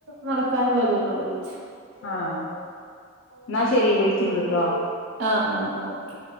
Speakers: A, on the right (about 75°); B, on the left (about 70°).
A: നടക്കാനുള്ള ദൂരൊള്ളൂ ബീച്ച്.
B: ആഹ് ന്നാ ശരി വിളിക്കിണ്ട്ട്ടോ.
A: ആഹ ആഹ ആഹ ഓക്കെ.